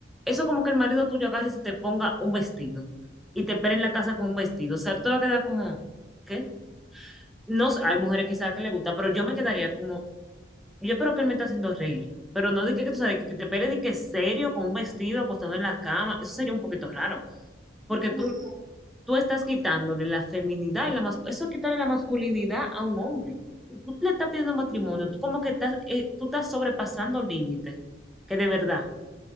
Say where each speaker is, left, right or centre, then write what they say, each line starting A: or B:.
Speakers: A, in the centre; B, on the right (about 30°).
A: eso como que el marido tuyo agarre y se te ponga un vestido y te espere en la casa con un vestido. O sea, tú te vas a quedar como, ¿qué? No sé, hay mujeres quizás que le gusta, pero yo me quedaría como, Yo espero que él me esté haciendo reír, pero no de que, que tú sabes, que, que te esperes de que serio, con un vestido acostado en la cama, eso sería un poquito raro, porque
B: son demasiado.
A: tú, tú estás quitándole la feminidad y la mas- eso es quitarle la masculinidad a un hombre. Y Tú le estás pidiendo matrimonio,
B: Y que
A: tú como que estás, eh, tú estás sobrepasando límites, que de verdad,